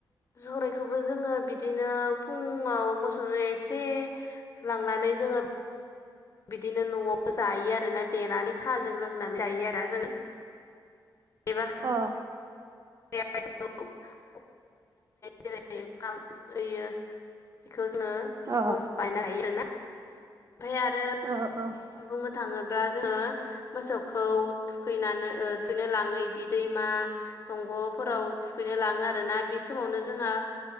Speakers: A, on the left; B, on the right.
A: सौरायखौबो जोङो बिदिनो फुङाव मोसौनो एसे लांनानै जोङो बिदिनो न'आव जायो आरोना देनानै साहाजों लोंनानै जायो आरो ना जोङो एबा
B: अ
A: <unintelligible> जेरै ओंखाम होयो बेखौ जोङो
B: औ
A: खम
B: औ
A: बायनो हायो आरोना ओमफ्राय आरो
B: औ औ
A: बुंनो थाङोब्ला जोङो मोसौखौ थुखैनानै थुखैनो लाङो बिदि दैमा दंग'फोराव थुखैनो लाङो आरोना बे समावनो जोंहा